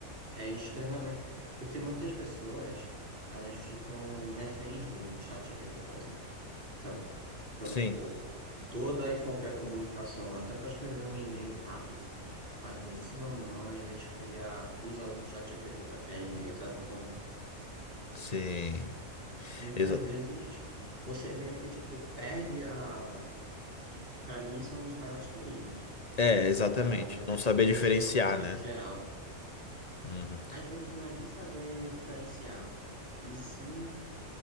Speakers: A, on the right; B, on the left.
A: é extremamente. Porque muitas pessoas, elas ficam reféns do, do chat GPT, por exemplo. sabe? Então,
B: sim,
A: tipo, toda e qualquer comunicação, até para escrever um e-mail rápido, para dizer sim ou não, às vezes cria, usa o ChatGPT para criar e-mail, sabe? Então,
B: sim.
A: muitas
B: Exa
A: vezes você meio que, tipo, perde a. Para mim, isso é um dos maiores perigos
B: é,
A: de,
B: exatamente.
A: da, da tecnologia
B: Não saber diferenciar,
A: no contexto
B: né?
A: geral.
B: Uhum.
A: Às vezes não é nem saber diferenciar, e sim,